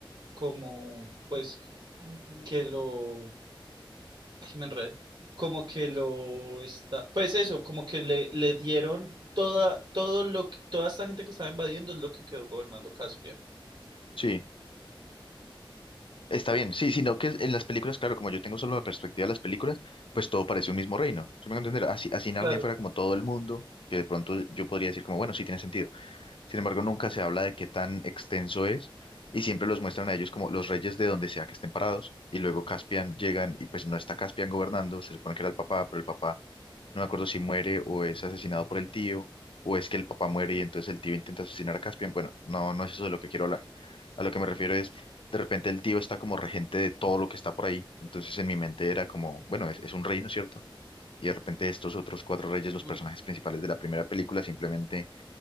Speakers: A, on the right; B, on the left.
A: como pues que lo Ay, me enredé. Como que lo está. Pues eso, como que le, le dieron toda, todo lo que, toda esta gente que estaba invadiendo es lo que quedó gobernando Caspian.
B: sí, está bien. Sí, sino que en las películas, claro, como yo tengo solo la perspectiva de las películas, pues todo parece un mismo reino. ¿Sí me van entender? Así, así Narnia
A: Claro.
B: fuera como todo el mundo, que de pronto yo podría decir como, bueno, sí tiene sentido. Sin embargo, nunca se habla de qué tan extenso es y siempre los muestran a ellos como los reyes de donde sea que estén parados y luego Caspian llegan y pues no está Caspian gobernando, se supone que era el papá, pero el papá No me acuerdo si muere o es asesinado por el tío, o es que el papá muere y entonces el tío intenta asesinar a Caspian. Bueno, no, no es eso de lo que quiero hablar. A lo que me refiero es, de repente el tío está como regente de todo lo que está por ahí. Entonces en mi mente era como, bueno, es, es un reino, ¿cierto? Y de repente estos otros cuatro reyes, los
A: Mm.
B: personajes principales de la primera película, simplemente,